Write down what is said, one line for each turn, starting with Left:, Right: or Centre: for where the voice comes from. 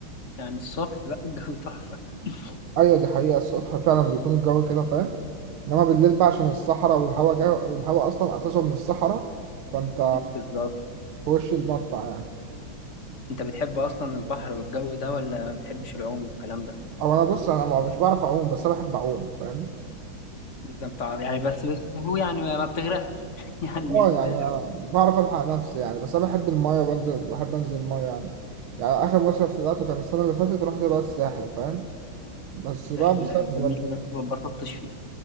Left: يعني الصبح بقى الجو تحفه <laughs>
Right: ايوه دي حقيقه الصبح فعلا بيكون الجو كده فاهم انما بالليل بقى عشان الصحراء والهواء جاي والهواء اصلا اساسه من الصحراء فانت
Left: بالظبط
Right: في وش المدفع يعني
Left: انت بتحب اصلا البحر والجو ده ولا ما بتحبش العوم والكلام ده
Right: او انا بص انا ما- مش بعرف اعوم بس انا بحب اعوم فاهم
Left: انت بتاع يعني بس بس هو يعني ما, ما بتغرقش <laughs> يعني مش
Right: اه
Left: بتغرق
Right: يعني بعرف الحق نفسي يعني بس انا بحب المايه وبنزل بحب انزل المايه يعني يعني اخر مصيف طلعته كان السنه اللي فاتت رحت بقى الساحل فاهم بس
Left: الساحل
Right: بقى بسبب
Left: جميل بس ما اتبسطتش فيه